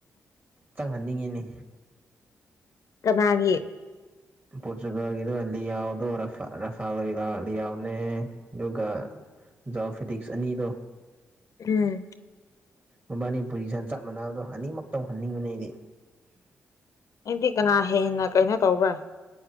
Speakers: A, on the right; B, on the left.
A: ꯆꯪꯍꯟꯅꯤꯡꯉꯤꯅꯦ
B: ꯀꯅꯥꯒꯤ
A: ꯄꯣꯣꯔꯆꯨꯒꯜꯣ ꯑ ꯌꯥꯎꯗꯣ ꯔꯐ ꯔꯐꯥꯜ ꯂꯤꯌꯥꯎꯅꯦ ꯑꯗꯨꯒ ꯖꯥꯎ ꯐꯤꯇꯛꯁ ꯑꯅꯤꯗꯣ
B: ꯎꯝ
A: ꯃꯕꯥꯅꯤ ꯄꯨꯖꯤꯁꯟ ꯆꯞ ꯃꯥꯟꯅꯕꯗꯣ ꯍꯅꯤꯃ ꯇꯧꯍꯟꯅꯤꯡꯕꯅꯤ ꯑꯩꯗꯤ
B: ꯑꯩꯗꯤ ꯀꯅꯥ ꯍꯦꯟꯅ ꯀꯩꯅꯣ ꯇꯧꯕ꯭ꯔꯥ